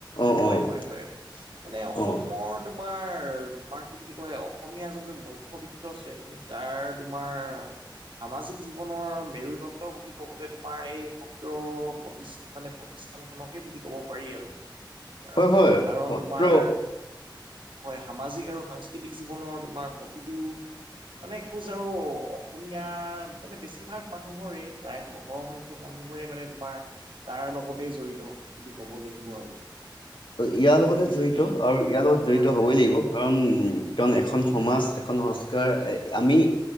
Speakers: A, on the left (about 75°); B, on the right (about 80°).
A: অ',
B: হয়
A: অ',
B: হয় হয় মানে অসমৰ
A: অ',
B: তোমাৰ তোমাৰ কি বুলি কয় অসমীয়া যোনটো মধ্যবিত্ত শ্ৰেণী তাৰ তোমাৰ সামাজিক জীৱনৰ মেৰুদণ্ড বুলি ক'বলে তোমাৰ এই সত্ৰ <unintelligible> মানে প্ৰতিষ্ঠান খনকে বুলি ক'ব পাৰি আৰু -আৰু
A: হয় হয়
B: কাৰণ
A: সত্ৰ
B: তোমাৰ হয় সামাজিক আৰু সাংস্কৃতিক জীৱনৰ তোমাৰ প্ৰতিটো মানে কুজ আৰু অসমীয়াৰ মানে বেছিভাগ মানুহৰে প্ৰায় সৰ সংখ্য মানুহবোৰে মানে তোমাৰ তাৰ লগতে জড়িত বুলি ক'ব লাগিব আৰু।
A: ইয়াৰ
B: মানে
A: লগতে
B: তুমি
A: জড়িত
B: যদি
A: আৰু ইয়াৰ লগত জড়িত
B: হয় হয়
A: হবই
B: হয়
A: লাগিব
B: হয় হয়
A: কাৰণ উম, কাৰণ এখন সমাজ এখন সংস্কাৰ আমি